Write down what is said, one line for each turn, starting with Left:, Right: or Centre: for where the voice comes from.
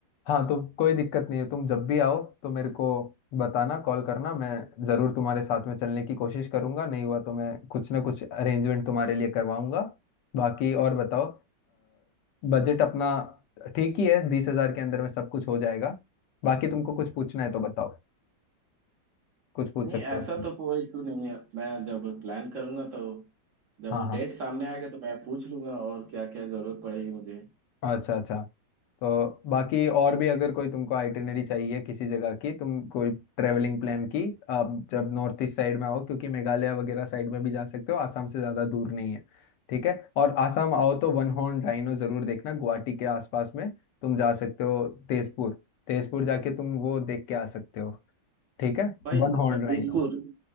Left: हाँ तो कोई दिक्कत नहीं है तुम जब भी आओ तो मेरे को बताना कॉल करना मैं ज़रूर तुम्हारे साथ में चलने की कोशिश करूंगा नहीं हुआ तो मैं कुछ ना कुछ अरेंजमेंट तुम्हारे लिए करवाऊंगा बाकी और बताओ बजट अपना ठीक ही है बीस हजार के अंदर में सब कुछ हो जाएगा बाकी तुमको कुछ पूछना है तो बताओ कुछ पूछ
Right: नहीं
Left: सकते
Right: ऐसा
Left: हो
Right: तो कोई इशू नहीं है मैं जब प्लान करूंगा तो जब
Left: हाँ हाँ
Right: डेट सामने आएगा तो मैं पूछ लूंगा और क्या क्या जरूरत पड़ेगी मुझे
Left: अच्छा अच्छा तो बाकी और भी अगर कोई तुमको आइटिनरी चाहिए किसी जगह की तुम कोई ट्रेवलिंग प्लान की आप जब नॉर्थ ईस्ट साइड में आओ क्योंकि मेघालय वगैरह साइड में भी जा सकते हो आसाम से ज़्यादा दूर नहीं है ठीक है और आसाम आओ तो वन हॉर्न राइनो ज़रूर देखना गुवाहाटी के आसपास में तुम जा सकते हो तेजपुर तेजपुर जाके तुम वो देख के आ सकते हो ठीक है
Right: भाई
Left: वन हॉर्न
Right: प्रदीपपुर
Left: राइनो